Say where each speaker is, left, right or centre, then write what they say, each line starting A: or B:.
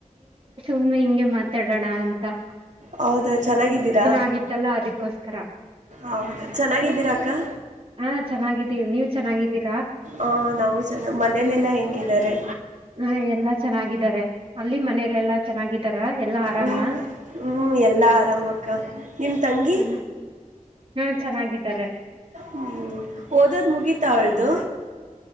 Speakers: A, on the right (about 45°); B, on the right (about 65°).
A: ಹ್ಹೂ ಹಿಂಗೆ ಮಾಡತ್ತಗೋಣಾ ಅಂತಾ.
B: ಹೌದ ಚೆನ್ನಾಗಿದ್ದೀರಾ
A: ಆಗಿತ್ತಲ್ಲ ಅದಕ್ಕೋಸ್ಕರ
B: ಹೌದ ಚೆನ್ನಾಗಿದ್ದೀರಾ ಅಕ್ಕಾ.
A: ಹಾ ಚೆನ್ನಾಗಿದ್ದೀವಿ ನೀವ್ ಚೆನ್ನಾಗಿದ್ದೀರಾ.
B: ಅ ನಾವು ಜನ ಮನೇಲೆಲ್ಲಾ ಹೆಂಗ ಇದ್ದಾರೆ.
A: ಹಾ ಎಲ್ಲಾ ಚೆನ್ನಾಗ ಇದ್ದಾರೆ ಅಲ್ಲಿ ಮನೇಯಲ್ ಎಲ್ಲಾ ಚೆನ್ನಾಗಿದ್ದಾರಾ ಎಲ್ಲಾ ಆರಾಮಾ
B: ಹ್ಮ್ ಹ್ಮ್ ಎಲ್ಲಾ ಆರಾಮಕ್ಕ ನಿಮ್ ತಂಗಿ
A: ಹ್ಮ ಹ್ಮ್. ಛೆನ್ನಾಗ ಇದ್ದಾರೆ.
B: ಹ್ಮ್ ಓದೋದ್ ಮುಗೀತಾ ಅವಳ್ದು.